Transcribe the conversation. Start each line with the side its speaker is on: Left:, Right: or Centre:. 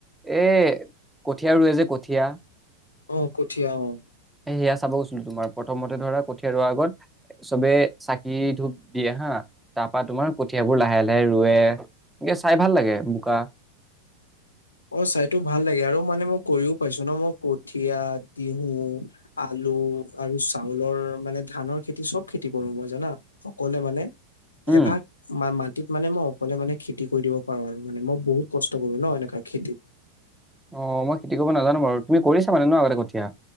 Centre: এ, কঠীয়া ৰোৱে যে কঠীয়া
Left: অ কঠীয়া অ
Centre: সেয়া চাব গৈছিলোঁ তোমাৰ। প্ৰথমতে ধৰা কঠিয়া ৰুৱা আগত চবে চা কি ধূপ দিয়ে হা, তাৰপৰা তোমাৰ কঠিয়াবোৰ লাহে লাহে ৰুৱে। এনেকে চাই ভাল লাগে বোকা।
Left: অ' চাইতো ভাল লাগে আৰু মানে মই কৰিও পাইছোঁ ন', মই কঠীয়া, তিহু, আলু আৰু চাউলৰ মানে ধানৰ খেতি চব খেতি কৰোঁ মই জানা। সকলোৱে মানে
Centre: উম
Left: এভাগ মা-মাত তিত মানে মই অকলে মানে খেতি কৰি দিব পাৰোঁ আৰু মানে মই বহুত কষ্ট কৰো ন' এনেকা খেতি
Centre: অ' মই খেতি কৰিব নাজানো বাৰু, তুমি কৰিছা মানে ন' আগতে কঠীয়া?